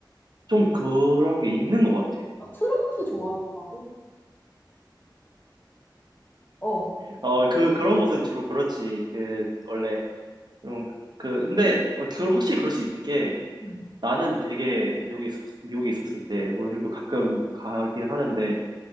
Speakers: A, on the right; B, on the left.
A: 좀 그런 게 있는 것 같아.
B: 어, 트럼프 좋아하더라고. 어.
A: 어, 그, 그런 곳은 주로 그렇지. 그, 원래, 좀, 그, 근데, 어, 그걸 확실히 그럴 수 있는 게,
B: 음.
A: 나는 되게 미국에 있었, 미국에 있었을 때, 뭐 요즘도 가끔 가긴 하는데,